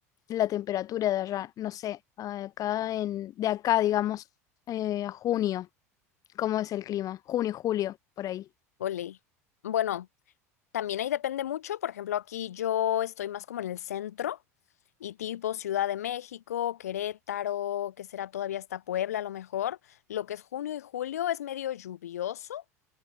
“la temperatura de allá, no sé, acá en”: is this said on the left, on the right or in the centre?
Left